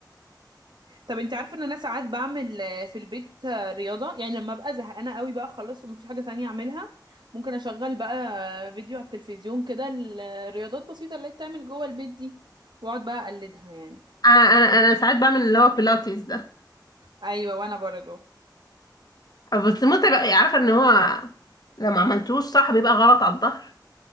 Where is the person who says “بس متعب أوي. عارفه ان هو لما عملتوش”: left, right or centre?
Left